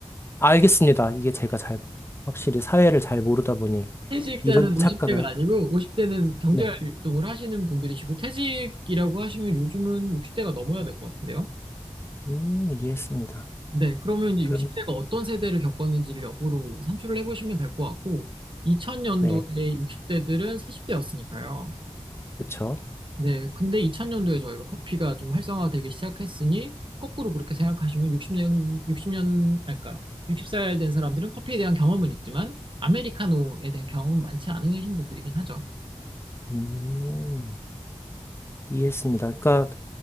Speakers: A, on the left (about 20°); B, on the right (about 50°).
A: 알겠습니다. 이게 제가 잘, 확실히 사회를 잘 모르다 보니
B: 퇴직자는
A: 이런 착각을,
B: 50대가
A: 하...
B: 아니고 50대는 경제활동을
A: 네.
B: 하시는 분들이시고 퇴직이라고 하시면 요즘은 60대가 넘어야 될 것 같은데요.
A: 음, 이해했습니다.
B: 네, 그러면 이제
A: 그럼,
B: 60대가 어떤 세대를 겪었는지를 역으로 산출을 해보시면 될 것 같고, 2000년도에
A: 네.
B: 60대들은 40대였으니까요.
A: 그쵸.
B: 네, 근데 2000년도에 저희가 커피가 좀 활성화되기 시작했으니, 거꾸로 그렇게 생각하시면 60년, 60년, 아니, 그러니까 60살 된 사람들은 커피에 대한 경험은 있지만, 아메리카노에 대한 경험은 많지 않으신 분들이긴 하죠.
A: 음, 이해했습니다. 그러니까